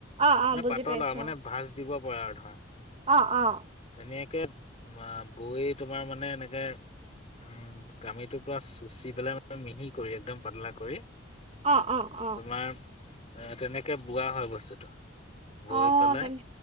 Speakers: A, on the right; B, on the left.
A: অ অ
B: মানে
A: বুজি
B: পাতল
A: পাইছো
B: আৰু মানে ভাঁজ দিব পৰা আৰু ধৰা।
A: অ' অ'।
B: এুনেীয়াকে বৈ তোমাৰ মানে এনেকে <inaudible> উম কামিটো পুৰা চুচি পেলাই ম মিহি কৰি একদম পাতলা কৰি।
A: অ' অ' অ'।
B: তোমাৰ এ তেনেকে বোৱা হয় বস্তুটো, বৈ
A: অ
B: পেলাই
A: তেনে